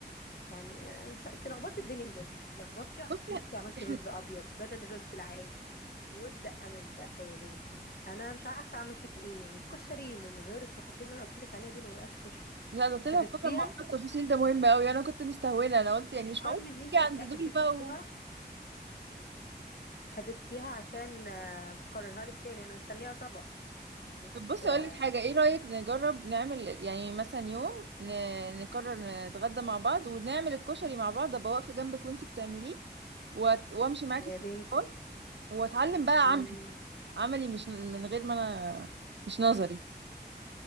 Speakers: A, on the left; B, on the right.
A: يعني أنا مش انت لخبطت الدنيا بجد لخبطتي وعكيتي
B: بصي
A: عملتي
B: إحنا-
A: رز ابيض بدل الرز العادي والدقه مش دقه يا بنتي انا مش عارفه اعمل فيك ايه ان الكشري من غير التفاصيل اللي انا قلت لك عليها دي ما يبقاش كشري
B: لا ده طلع
A: حفظتيها
B: فعلا موضوع التفاصيل ده مهم قوي انا كنت مستهونه انا قلت يعني
A: المهم
B: مش معقول
A: ان انت
B: تيجي عند
A: حفظتيها
B: دول بقى و...
A: حفظتيها عشان آه، مش هكررها لك تاني انا مستنيه طبق مش
B: طب بص اقول
A: آه،
B: لك حاجه ايه رايك نجرب نعمل يعني مثلا يوم ن- نقرر نتغدى مع بعض ونعمل الكشري مع بعض ابقى واقفه جنبك وانتي بتعمليه وأت- وامشي معاكي
A: يا
B: في
A: بنتي
B: الخطوات واتعلم بقى
A: مم،
B: عملي عملي مش من غير ما انا مش نظري